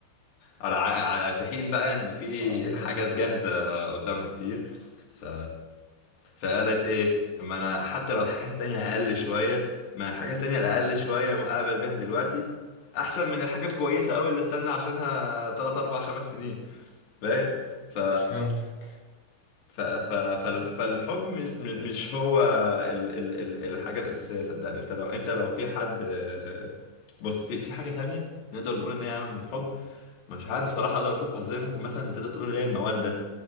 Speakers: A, on the left; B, on the left.
A: على على في حين بقى ان في
B: على فكرة
A: حاجات جاهزه قدامها كتير ف فقالت ايه اما انا حتى لو الحاجات التانية اقل شويه ما الحاجات التانية الاقل شويه مقابل بيها دلوقتي احسن من الحاجه الكويسه قوي اللي استنى عشانها 3 4 5 سنين فاهم ف
B: فهمتك
A: ف ف فال- فالحب مش مش هو ال ال ال الحاجة الأساسية صدقني انت لو انت لو في حد آه، بص في في حاجة تانية نقدر نقول ان هي عامة من الحب مش عارف صراحة اقدر اوصفها ازاي ممكن مثلا تقدر تقول اللي هي المودة